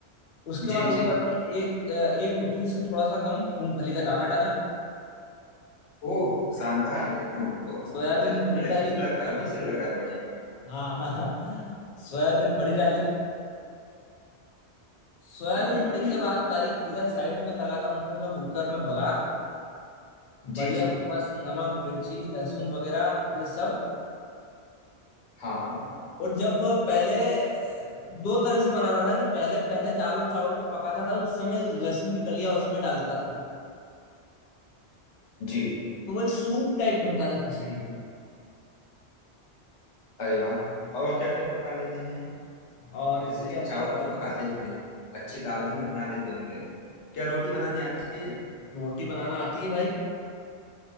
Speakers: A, on the left (about 60°); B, on the left (about 80°).
A: उसके
B: जी
A: बाद ऊपर
B: जी
A: में एक अ, एक मुट्ठी से थोड़ा सा कम मूंगफली का दाना डाला
B: ओह शानदार ये तो बहुत
A: सोयाबीन
B: सच
A: बड़ी
B: में लजीज
A: डाली
B: लग अभी से लग रहा है बढ़िया
A: हाँ हाँ हाँ सोयाबीन बड़ी डाली सोयाबीन
B: बनेगा
A: बड़ी के बाद भाई इधर साइड में लगाता हूँ फिर मैं कुकर में बघार
B: जी
A: बढ़िया
B: जी
A: मस्त नमक मिर्ची लहसुन वगैरह ये सब
B: हाँ हाँ
A: और जब पहले अ, दो तरह से बनाता था कि पहले पहले दाल और चावल को पकाता था तो उस समय लहसुन की कलियां उसमें डाल देता था
B: जी
A: तो वो एक सूप टाइप बनता था खिचड़ी का
B: अरे वाह और क्या क्या पका लेते हैं
A: और इसके
B: जैसे
A: अलावा
B: चावल तो पकाते ही होंगे अच्छी दाल भी बना लेते होंगे क्या रोटी बनानी आती है
A: रोटी बनाना आती है भाई